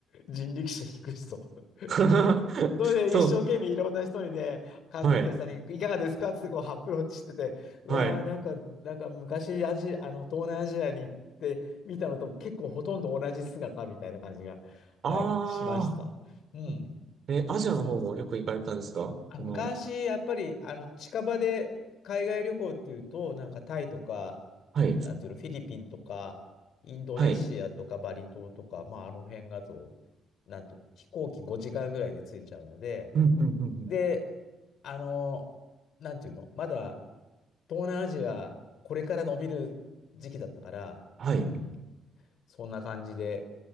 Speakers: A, on the left; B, on the right.
A: 人力車引く人。<laughs>
B: <laughs>
A: それで一生懸命いろんな人にね、
B: そ
A: 観光客さんにいかがですかってこうアプローチしてて、
B: う。はい。
A: うわー、
B: はい。
A: なんか、なんか昔アジ、あの、東南アジアに行って見たのと結構ほとんど同じ姿みたいな感じが、はい、
B: ああ。
A: しました。うん、
B: え、アジアの方もよく行かれたんですかこの、
A: そうそう。あ、昔、やっぱり、あの、近場で海外旅行っていうと、なんかタイとか、
B: はい。
A: なんていうの、フィリピンとか、インドネシアとかバリ島とか、
B: はい。
A: まあ、あの辺だと、なんていうの、飛行機5時間ぐらいで着いちゃうので、
B: うん、うん、うん、うん。
A: で、あの、なんていうの、まだ東南アジア、これから伸びる時期だったから、
B: はい。
A: うん、そんな感じで、